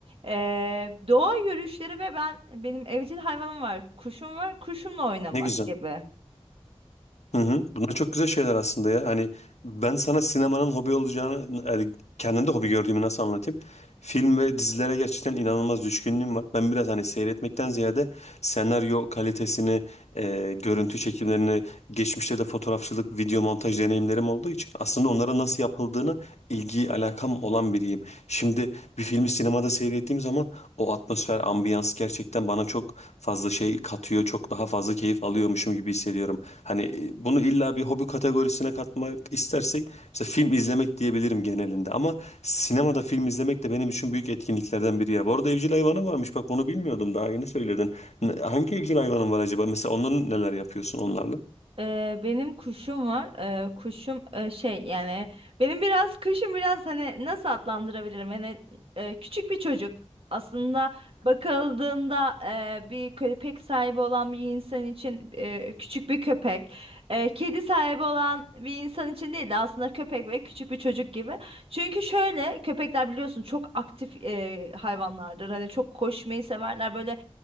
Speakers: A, on the right; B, on the left.
A: Ee, doğa yürüyüşleri ve ben benim evcil hayvanım var. Kuşum var. Kuşumla oynamak
B: Ne güzel.
A: gibi.
B: Hı hı. Bunlar çok güzel şeyler aslında ya. Hani ben sana sinemanın hobi olacağını, yani kendimde hobi gördüğümü nasıl anlatayım? Film ve dizilere gerçekten inanılmaz düşkünlüğüm var. Ben biraz hani seyretmekten ziyade senaryo kalitesini, e, görüntü çekimlerini, geçmişte de fotoğrafçılık, video montaj deneyimlerim olduğu için aslında onlara nasıl yapıldığını ilgi alakam olan biriyim. Şimdi bir filmi sinemada seyrettiğim zaman o atmosfer, ambiyans gerçekten bana çok fazla şey katıyor. Çok daha fazla keyif alıyormuşum gibi hissediyorum. Hani e, bunu illa bir hobi kategorisine katmak istersek mesela film izlemek diyebilirim genelinde. Ama sinemada film izlemek de benim için büyük etkinliklerden biri ya. Bu arada evcil hayvanın varmış. Bak onu bilmiyordum. Daha yeni söyledin. N- Hangi evcil hayvanın var acaba? Mesela onların neler yapıyorsun onlarla?
A: Ee, benim kuşum var. Ee, kuşum e, şey yani benim biraz kuşum biraz hani nasıl adlandırabilirim? Hani e, küçük bir çocuk. Aslında bakıldığında e, bir köpek sahibi olan bir insan için e, küçük bir köpek. E, kedi sahibi olan bir insan için değil de aslında köpek ve küçük bir çocuk gibi. Çünkü şöyle köpekler biliyorsun çok aktif e, hayvanlardır. Hani çok koşmayı severler böyle